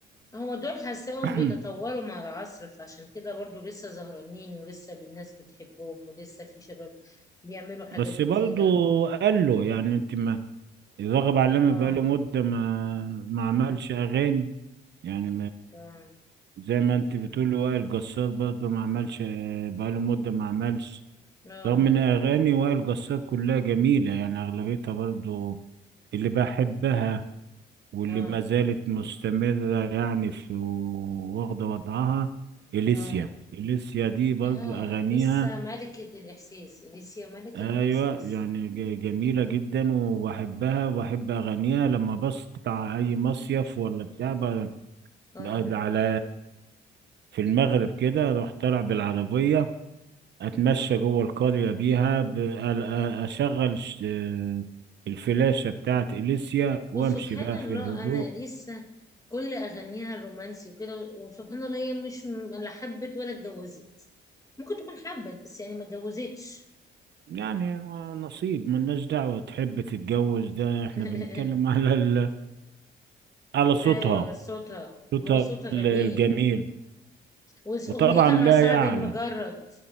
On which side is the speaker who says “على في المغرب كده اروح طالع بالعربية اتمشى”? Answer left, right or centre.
Right